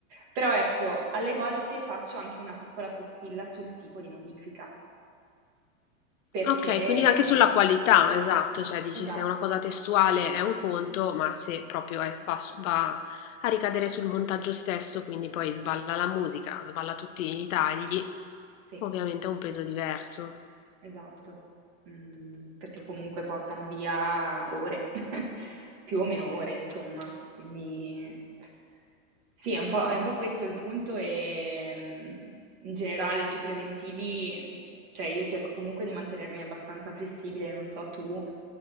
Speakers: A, on the right (about 35°); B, on the left (about 75°).
A: Però ecco, alle volte faccio anche una piccola postilla sul tipo di modifica, perché...
B: Ok, quindi anche sulla qualità, esatto, cioè dici
A: Esatto,
B: se è una cosa testuale è un conto, ma se proprio è- va, s- va a ricadere sul montaggio stesso, quindi poi sballa la musica, sballa tutti i tagli,
A: sì.
B: ovviamente ha un peso diverso.
A: Esatto, mhmm, perché comunque portano via ore, <laughs> più o meno ore insomma, quindi sì, è un po' è un po' questo il punto, ehm, in generale sui preventivi, mhmm, cioè io cerco comunque di mantenermi abbastanza flessibile, non so tu,